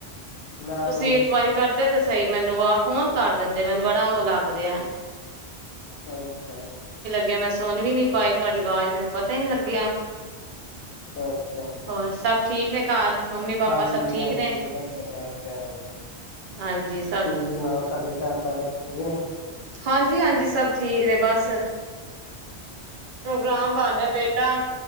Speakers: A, on the left; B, on the right.
A: ਨੀ ਨਾ
B: ਤੁਸੀਂ
A: ਕੋਈ ਨੀ
B: ਇੱਕ ਵਾਰੀ ਕਰ ਤੇ ਸਹੀ ਮੈਨੂੰ ਆ ਫੋਨ ਕਰ ਦਿੰਦੇ, ਮੈਨੂੰ ਬੜਾ ਉਹ ਲੱਗ ਰਿਹਾ।
A: ਕੋਈ ਨਹੀਂ, ਕੋਈ ਨਹੀਂ
B: ਤੇ ਮੈਂ ਸੁਣ ਵੀ ਨੀ ਪਾਈ ਤੁਹਾਡੀ ਆਵਾਜ਼ ਮੈਨੂੰ ਪਤਾ ਹੀ ਨਹੀਂ ਲੱਗਿਆ
A: ਕੋਈ ਨੀ ਕੋਈ ਨੀ
B: ਹੋਰ ਸਭ ਠੀਕ ਨੇ ਘਰ ਮੰਮੀ ਪਾਪਾ
A: ਹਾਂਜੀ-
B: ਸਭ ਠੀਕ
A: ਹਾਂਜੀ,
B: ਨੇ
A: ਵਧੀਆ- ਵਧੀਆ ਹੋਰ
B: ਹਾਂਜੀ ਸਭ
A: ਤੁਸੀਂ ਸੁਣਾਓ ਤੁਹਾਡੇ ਘਰ ਸਾਰੇ ਠੀਕ ਨੇ।
B: ਹਾਂਜੀ-ਹਾਂਜੀ ਸਭ ਠੀਕ ਨੇ, ਬਸ ਪ੍ਰੋਗਰਾਮ ਬਣ ਰਿਹਾ ਬੇਟਾ